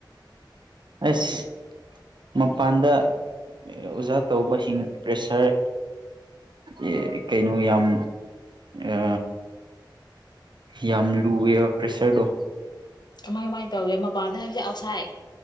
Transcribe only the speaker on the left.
ꯀꯃꯥꯏ ꯀꯃꯥꯏꯅ ꯇꯧꯏꯦ ꯃꯄꯥꯟꯗ ꯍꯥꯏꯕꯁꯦ ꯑꯥꯎꯁꯥꯏ